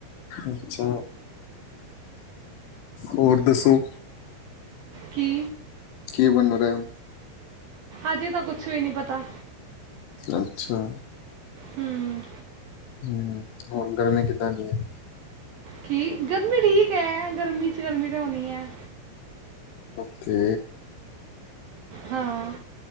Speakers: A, on the left; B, on the right.
A: ਅੱਛਾ, ਹੋਰ ਦੱਸੋ
B: ਕੀ
A: ਕੀ ਬੰਨ ਰਿਹਾ?
B: ਅਜੇ ਤਾਂ ਕੁਛ ਵੀ ਨਹੀਂ ਪਤਾ
A: ਅੱਛਾ
B: ਹਮ
A: ਹਮ, ਹੋਰ ਗਰਮੀ ਕਿੱਦਾਂ ਦੀ ਹੈ?
B: ਕੀ ਗਰਮੀ ਠੀਕ ਹੈ, ਗਰਮੀ ਚ ਗਰਮੀ ਤਾਂ ਹੋਣੀ ਹੈ।
A: ਓਕੇ
B: ਹਾਂ